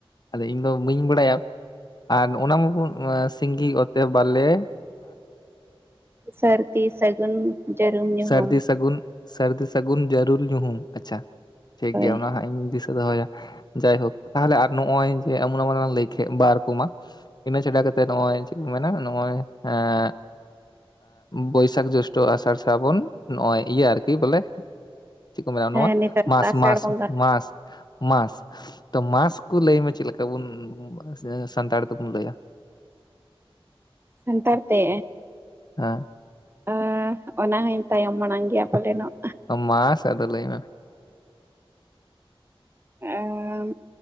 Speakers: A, on the left; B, on the right.
A: ᱟᱫᱚ ᱤᱧ ᱫᱚ ᱵᱟᱹᱧ ᱵᱟᱲᱟᱭᱟ᱾ ᱟᱨ ᱚᱱᱟ ᱢᱟᱵᱚᱱ ᱥᱤᱸᱜᱤ ᱚᱛᱮ ᱵᱟᱞᱮᱼᱼ
B: ᱥᱟᱨᱫᱤ ᱥᱟᱹᱜᱩᱱ ᱡᱟᱹᱨᱩᱢ ᱧᱩᱦᱩᱢ
A: ᱥᱟᱹᱨᱫᱤ ᱥᱟᱹᱜᱩᱱ ᱥᱟᱹᱨᱫᱤ ᱥᱟᱹᱜᱩᱱ ᱡᱟᱹᱨᱩᱢ ᱧᱩᱦᱩᱢ ᱟᱪᱪᱷᱟ ᱴᱷᱤᱠᱜᱮᱭᱟ
B: ᱦᱳᱭ
A: ᱚᱱᱟ ᱦᱟᱸᱜ ᱤᱧ ᱫᱤᱥᱟᱹ ᱫᱚᱦᱚᱭᱟ ᱡᱟᱭᱦᱳᱠ ᱛᱟᱦᱚᱞᱮ ᱟᱨ ᱱᱚᱜᱼᱚᱭ ᱡᱮ ᱮᱢᱚᱱ ᱮᱢᱚᱱ ᱞᱟᱝ ᱞᱟᱹᱭ ᱠᱮᱜ ᱵᱟᱨ ᱠᱚᱢᱟ ᱤᱱᱟᱹ ᱪᱷᱟᱰᱟ ᱠᱟᱛᱮ ᱱᱚᱜᱼᱚᱭ ᱪᱮᱫ ᱠᱚ ᱢᱮᱱᱟ ᱱᱚᱜᱼᱚᱭ ᱮᱸ ᱵᱳᱭᱥᱟᱠ ᱡᱳᱥᱴᱳ ᱟᱥᱟᱨ ᱥᱟᱱ ᱥᱨᱟᱵᱚᱱ ᱱᱚᱜᱼᱚᱭ ᱤᱭᱟᱹ ᱟᱨᱠᱤ ᱵᱚᱞᱮ ᱪᱮᱫ ᱠᱚ ᱢᱮᱱᱟ
B: ᱦᱮᱸ
A: ᱱᱚᱣᱟ
B: ᱱᱮᱛᱟᱨ
A: ᱢᱟᱥ
B: ᱫᱚ ᱟᱥᱟᱲ
A: ᱢᱟᱥ
B: ᱵᱚᱸᱜᱟ
A: ᱢᱟᱥ ᱢᱟᱥ ᱛᱚ ᱢᱟᱥ ᱠᱚ ᱞᱟᱹᱭ ᱢᱮ ᱪᱮᱫᱮᱠᱟ ᱵᱚᱱ ᱥᱟᱱᱛᱟᱲ ᱛᱮᱵᱚᱱ ᱞᱟᱹᱭᱟ
B: ᱥᱟᱱᱛᱟᱲ ᱛᱮ
A: ᱟᱸ
B: ᱚᱸᱻ ᱚᱱᱟ ᱦᱚᱸᱧ ᱛᱟᱭᱚᱢ ᱢᱟᱲᱟᱝ ᱜᱮᱭᱟ ᱯᱟᱞᱮᱱᱚᱜ
A: ᱢᱟ ᱥᱮ ᱟᱫᱚ ᱞᱟᱹᱭ ᱢᱮ
B: ᱮᱸ